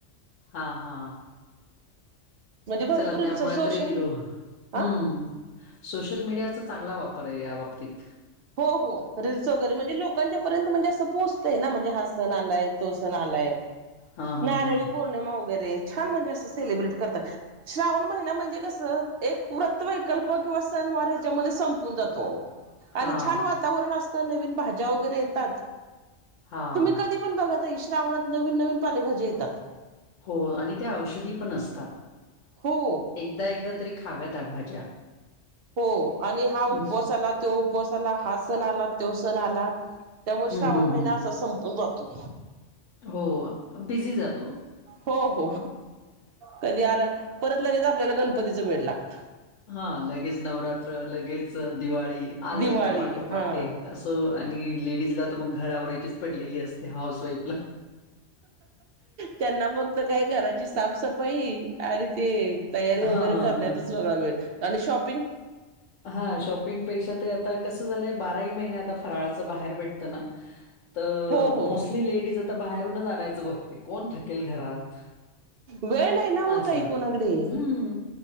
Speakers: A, on the left (about 85°); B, on the right (about 60°).
A: हा, हा
B: भरपूर
A: चला
B: रील्स
A: त्यामुळे
B: सोशल
A: तर इलो हम्म
B: हा
A: सोशल मीडियाचा चांगला वापर आहे या बाबतीत.
B: हो हो. रील्स वगैरे म्हणजे लोकांच्या पर्यंत म्हणजे असं पोहोचतय ना? म्हणजे हा सण आलाय. तो सण आलाय.
A: हां, हां,
B: नारळी
A: हां.
B: पौर्णिमा वगैरे छान म्हणजे असं सेलिब्रेट करतात. श्रावण महिना म्हणजे कसं? एक व्रत वैकल्प किंवा सण वार ह्याच्यामध्ये संपून जातो अहो.
A: हां,
B: आणि छान वातावरण असत. नवीन भाज्या वगैरे येतात.
A: हां.
B: तुम्ही कधी- पण बघा ताई श्रावणात नवीन नवीन पालेभाज्या येतात.
A: हो. आणि त्या औषधी पण असतात.
B: हो.
A: एकदा एकदा तरी खाव्यात या भाज्या.
B: हो. आणि हा
A: हं,
B: उपवास आला. तो उपवास आला. हा सण आला. तो सण आला. त्यामुळे श्रावण
A: हं,
B: महिना
A: हं.
B: असाच संपून जातो.
A: हो. बिझी जातो.
B: हो हो. कधी आला? परत लगेच आपल्याला गणपतीच वेड लागत.
A: हा. लगेच नवरात्र. लगेच दिवाळी. आले
B: दिवाळी
A: एका पाठोपाठ
B: हा
A: एक असं- हो आणि लेडीजला तर मग घर आवरायचीच पडलेली असते हाऊस वाईफला.
B: त्यांना फक्त काय घराची साफसफाई. आणि ते तयारी
A: हां.
B: वगैरे करण्यातच वेगळा वेळ आणि शॉपिंग?
A: हा शॉपिंगपेक्षा ते आता कस झालंय? बाराही महिने आता फराळाच बाहेर भेटतं ना? तर
B: हो हो
A: मोस्टली लेडीज आता बाहेरूनच आणायचं बघते. कोण थकेल घरात.
B: वेळ नाही ना हो
A: आस.
B: ताई
A: हम्म.
B: कोणाकडे